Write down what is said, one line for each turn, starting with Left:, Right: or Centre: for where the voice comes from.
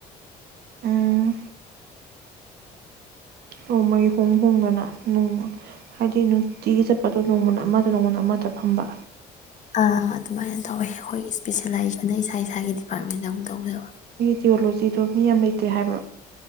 Right: ꯎꯝ ꯑꯣꯣꯡꯃꯩ ꯍꯣꯡ ꯍꯣꯡꯗꯅꯅꯨꯡ ꯍꯥꯏꯗꯤ ꯅꯨꯅꯨꯡ ꯆꯒꯤ ꯆꯠ ꯑꯗꯨꯣ ꯅꯣꯡꯃ ꯑꯃꯗ ꯅꯣꯡꯃꯗ ꯑꯃꯗ ꯐꯝꯕ
Left: ꯑꯗꯨꯃꯥꯏꯅ ꯇꯧꯋꯦ ꯑꯩꯈꯣꯏ ꯏꯁꯄꯤꯁꯦꯂꯥꯏꯖꯦꯁꯟ ꯏꯁꯥ ꯏꯁꯥꯒꯤ ꯗꯤꯄꯥꯔꯠꯃꯦꯟꯗ ꯑꯃꯨꯛ ꯇꯧꯖꯕ
Right: ꯗꯤꯣꯜꯂꯣ ꯤꯗꯣ ꯃꯤ ꯌꯥꯝ ꯂꯩꯇꯦ ꯍꯥꯏꯕ꯭ꯔꯣ